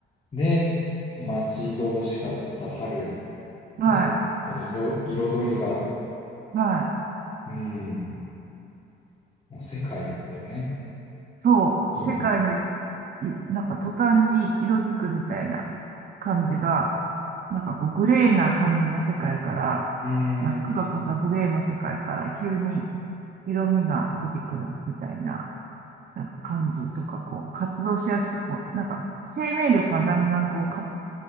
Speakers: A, on the left; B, on the right.
A: で、待ち遠しかった春
B: はい、
A: で、
B: は
A: この色、彩りが、
B: い、はい
A: うん、もう世界をこうね、
B: そう、
A: 木に。
B: 世界の一いなんか途端に色づくみたいな感じが、なんかこうグレーな感じの世界から、
A: うーん。
B: なんか黒とかグレーの世界から急に色味が出てくるみたいな、なんか感じとか、こう活動しやすく、こう、なんか生命力がだんだんこう、か、